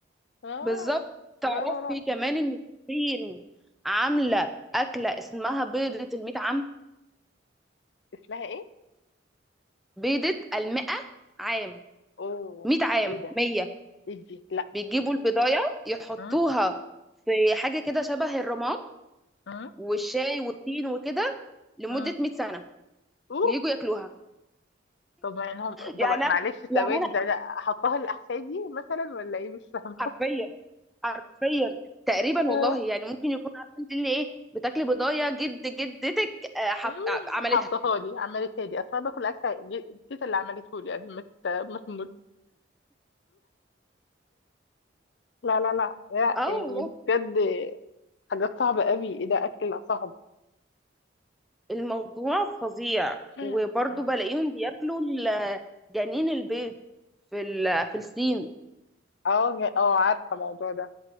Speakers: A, on the left; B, in the centre.
A: اه
B: بالظبط
A: لا
B: تعرفي
A: لا لا
B: كمان ان الصين عامله اكله اسمها بيضه الميت عام
A: اسمها ايه
B: بيضه المئة عام
A: اوه
B: 100 عام
A: ايه ده
B: 100
A: ايه دي لا
B: بيجيبوا البضايه يحطوها
A: مم،
B: في حاجه كده شبه الرماد
A: مم،
B: والشاي والتين وكده لمده
A: مم.
B: 100 سنه
A: اوه
B: ويجوا ياكلوها
A: طب يعني هم
B: يعني
A: طب معلش
B: أنا-
A: ثواني
B: يعني
A: ده انا حطها الاحفادي مثلا ولا ايه مش فاهمه
B: حرفيا حرفيا تقريبا
A: آه،
B: والله يعني ممكن يكون عارفه انت اللي ايه بتاكلي بضايه جد جدتك آه، حط...
A: مم،
B: آه، عملتها
A: حطها لي عملتها لي اصل انا باكل اكل جي- تيتا اللي عملته لي قبل ما تت- ما تموت لا لا لا لا
B: اه
A: يعني
B: والله
A: بجد حاجات صعبة قوي ايه ده اكل صعب
B: الموضوع فظيع
A: مم.
B: وبرضه
A: مم.
B: بلاقيهم بياكلوا ال- جنين البيض في ال... في الصين
A: اه ج- اه عارفة الموضوع ده